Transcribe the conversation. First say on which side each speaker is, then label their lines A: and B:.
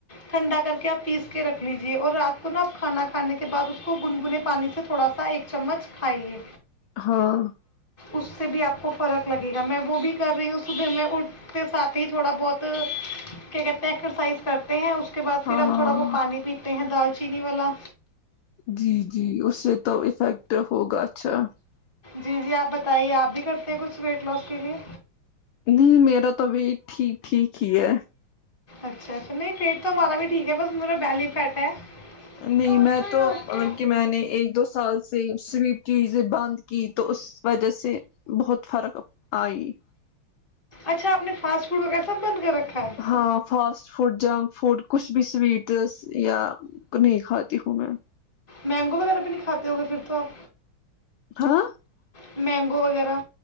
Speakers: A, on the left; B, on the left.
A: ٹھنڈا کر کے آپ پیس کے رکھ لیجیے اور رات کو نا آپ کھانا کھے کے بعد اسس کو گنگنے پانی سے تھوڑا سا ایک چمچ کھائیے
B: ہاں
A: اس سے بھی آپ کو فرق لگے گا میں وہ بھی کر رہی ہوں صبح میں اٹھتے ساتھ ہی تھوڑا بہت کیا کہتے ہیں ایکسرسائز کرتے ہیں اس اس کے بد پھر
B: ہاں
A: ہم تھوڑا وہ پانی پیتے ہیں دال چینی والا
B: جی جی اس سے تو افیکٹ ہوگا اچھا
A: جی جی آپ بتائیے آپ بھی کرتے ہیں کچھ ویٹ لاس کے لیے
B: نہیں میرا توبھی ٹھیک ٹھیک ہی ہے
A: اچھا اچھا نہیں پیٹ تو ہمارا بھی ٹھیک ہے بس میرا بیلی فٹ ہے
B: نہیں
A: طوطے
B: میں تو
A: ہوتے
B: مطلب کہ میں نے ایک دو سال سے سویپ چیزیں بند کی تو اس وجہ سے بہت فرق آئی
A: اچھا آپ نے فاسٹ فوڈ وغیرہ سب بند کر رکھا ہے
B: ہاں فاسٹ فوڈ جنک فوڈ کچھ بھی سوویت ڈش یہ نہیں کھاتی ہوں میں
A: مینگو وغیرہ بھی نہیں کھاتے ہو گے پھر تو آپ
B: ہاں
A: !! مینگو وغیرہ